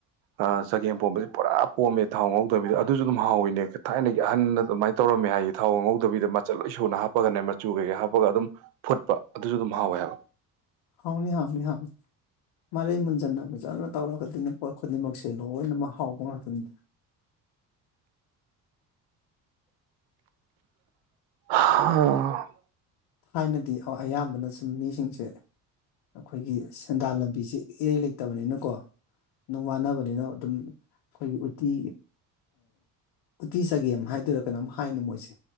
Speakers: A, on the right; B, on the left.
A: ꯑ ꯆꯒꯦꯝ ꯄꯣꯝꯕꯕꯁꯤ ꯄꯨꯔꯥ ꯄꯣꯝꯃꯦ ꯊꯥꯎ ꯉꯧꯗꯕꯤꯗ ꯑꯗꯨꯁꯨ ꯑꯗꯨꯝ ꯍꯥꯎꯋꯅꯦ ꯊꯥꯏꯅꯒꯤ ꯑꯍꯟꯅꯗ <unintelligible> ꯇꯧꯔꯝꯃꯦ ꯍꯥꯏꯗꯤ ꯊꯥꯎ ꯑꯉꯧꯗꯕꯤꯗ ꯃꯆꯠ ꯂꯣꯏ ꯁꯨꯅ ꯍꯥꯞꯄꯒꯅꯦ ꯃꯆꯨ ꯀꯩꯀꯩ ꯍꯥꯞꯄꯒ ꯑꯗꯨꯝ ꯐꯨꯠꯄ ꯑꯗꯨꯁꯨ ꯑꯗꯨꯝ ꯍꯥꯎꯋꯦ ꯍꯥꯏꯕ
B: ꯍꯥꯎꯅꯤ ꯍꯥꯎꯅꯤ ꯍꯥꯎꯅꯤ ꯃꯔꯩ ꯃꯨꯟꯖꯟꯅ ꯐꯖꯅ ꯇꯧꯔꯒꯗꯤꯅꯦ ꯄꯣꯠ ꯈꯨꯗꯤꯡꯃꯛꯁꯦ ꯂꯣꯏꯅꯃꯛ ꯍꯥꯎꯕ ꯉꯥꯛꯇꯅꯤꯗ
A: ꯑ
B: ꯊꯥꯏꯅꯗꯤ ꯑꯌꯥꯝꯕꯅ ꯁꯨꯝ ꯃꯤꯁꯤꯡꯁꯦ ꯑꯩꯈꯣꯏꯒꯤ ꯁꯦꯟꯗꯥꯟ ꯂꯝꯕꯤꯁꯦ ꯏꯔꯩ ꯂꯩꯇꯕꯅꯤꯅꯀꯣ ꯑꯗꯨꯅꯨꯡ ꯃꯥꯟꯅꯕꯅꯤꯅ ꯑꯗꯨꯝ ꯑꯩꯈꯣꯏꯒꯤ ꯎꯇꯤ ꯎꯇꯤ ꯆꯒꯦꯝ ꯍꯥꯏꯗꯔꯥ ꯀꯩꯅꯣꯝ ꯍꯥꯏꯅ ꯃꯣꯏꯁꯦ